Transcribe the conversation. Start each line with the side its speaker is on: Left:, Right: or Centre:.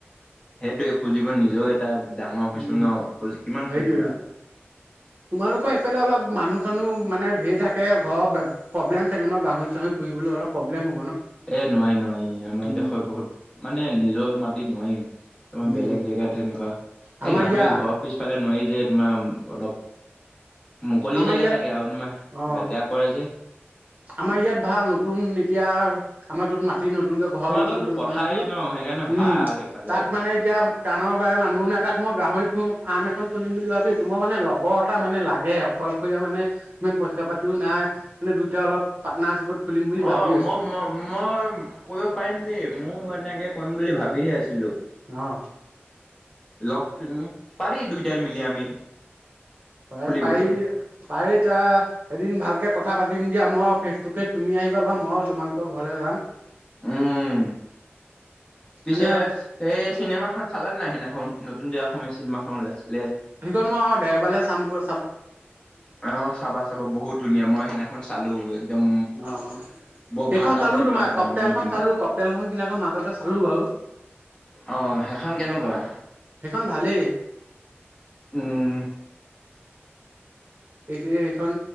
Left: সেইটোৱেই একোজি <unintelligible> নিজেও এটা- ডাঙৰ হৈছো
Right: উম-
Left: ন খোজ কিমান খুজিবা।
Right: সেইটোেৱেতো। তোমালোকৰ এইফালে অলপ মানুহ- মানে ধেৰ থাকে ঘৰ প্ৰবলেম চাগে ন? গাহৰি- চাহৰি পুহিবলৈ অলপ প্ৰব্লেম হ'ব ন?
Left: এ নোৱাৰি নোৱাৰি, আমাৰ
Right: উম
Left: দেশৰ বহুত মানে নিজৰ মাটিত নোৱাৰিম,
Right: উম
Left: তোমাৰ বেলেগ জেগাত তেনেকুৱা। এই,
Right: আমাৰ
Left: গাহৰি
Right: ইয়াৰ
Left: ঘৰৰ পিছফালে নোৱাৰি যে। এতো ময় উম অলপ। মুকলি
Right: আমাৰ
Left: জেগা
Right: ইয়াত,
Left: লাগে আৰু তোমাৰ
Right: অ
Left: লেতেৰা কৰে যে
Right: আমাৰ ইয়াত ভাল নতুন এতিয়া। আমাৰ তোৰ মাত। তি নতুনকে ঘৰ
Left: তোমালোকৰতো
Right: লৈছো য'ত
Left: পথাৰে
Right: বনাইছো,
Left: ন সেইকাৰণে
Right: উম
Left: ভাল সেইফালে।
Right: তাত মানে এতিয়া কাণৰ বাই মানুহ নাই তাত মই গাহৰি পু ফাৰ্ম এখন খুলিম বুলি ভাবিছো, মো মানে লগৰ এটা মানে লাগে অ। কলশৰীয়া মানে, ইমান পইচা পাতিও নাই। মানে দুইটা অলপ পাৰ্টনাৰশ্বিপত খুলিম বুলি ভাবি
Left: অ
Right: আছো
Left: মই ম মই কৰিব পাৰিম দেই, মোৰ এনেকে। কৰিম বুলি ভাবিহে আছিলো।
Right: অ।
Left: লগ তুমি, পাৰি দুইটাই মিলি আমি।
Right: পা
Left: খুলিবলৈ
Right: পাৰি পাৰে এতিয়া, এদিন ভালকে কথা পাতিম দিয়া, মই ফেচ টু ফেচ তুমি আহিবা বা মই তোমালোকৰ ঘৰলৈ যাম।
Left: উম। পিছে,
Right: মানে
Left: এই চিনেমা খন। চালে নাই সিদিনাখন নতুন যে অসমীয়া চিমাখন ওলাইছিলে।
Right: সেইখন মই দেওবালে চাম গৈ।
Left: অ চাবা চাবা বহুত ধুনীয়া মই সেইদিনাখন। চালো। একদম
Right: অ
Left: বৰ ভাল
Right: এইখন
Left: আৰু
Right: চালো,
Left: চিনেমাখন
Right: তোমাৰ কপটেলখন
Left: মানে তোমাৰ
Right: চালো কপটেল খন সিদিনাখন মাজতে চালো বাৰু।
Left: অহ সেইখন কেনেকুৱা?
Right: সেইখন ভালেই
Left: উমঃ
Right: এইখিনি এইখন,